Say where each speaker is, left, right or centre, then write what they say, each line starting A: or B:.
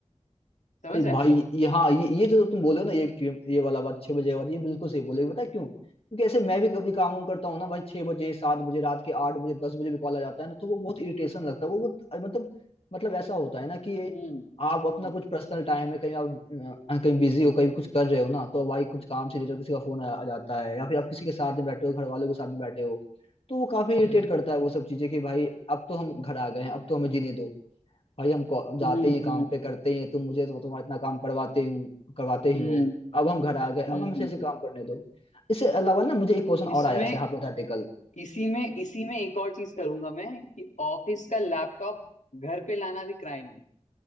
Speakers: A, on the left; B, on the left.
A: समझ
B: अरे
A: रहे
B: भाई ये हाँ ये ये जो तुम बोले हो ना ये क्यों- ये वाला बात छह बजे वाली ये बिल्कुल सही बोले बता क्यों क्योंकि ऐसे मैं भी कभी काम वाम करता हूँ ना भाई छह बजे सात बजे रात के आठ बजे दस बजे भी कॉल आ जाता है ना तो वो बहुत इरिटेशन लगता है वो बहुत मतलब मतलब ऐसा होता है ना कि ये
A: हम्म
B: आप अपना
A: हम्म
B: कुछ पर्सनल टाइम है कहीं आप अ, कहीं बिजी हो कहीं कुछ कर रहे हो ना तो भाई कुछ काम से रिलेटेड किसी का फोन आ, आ जाता है या फिर आप किसी के साथ में बैठे हो घर
A: हम्म
B: वालों के साथ में बैठे हो तो वो काफी इरिटेट
A: हम्म
B: करता है वो सब चीजें कि भाई अब तो हम घर आ गए हैं अब तो हमें जीने दो भाई हम को- जाते
A: हम्म
B: हैं काम
A: हम्म
B: पे करते हैं तुम मुझे तो तुम्हारा इतना काम करवाते हूँ करवाते ही
A: हम्म
B: हो अब हम घर आ गए अब
A: हम्म,
B: हम इसे
A: हम्म।
B: ऐसे काम करने दो इससे अलावा ना मुझे एक क्वेश्चन और
A: इसमें
B: आया ऐसे हाइपोथेटिकल
A: इसी में इसी में एक और चीज करूंगा मैं कि ऑफिस का लैपटॉप घर पे लाना भी क्राइम है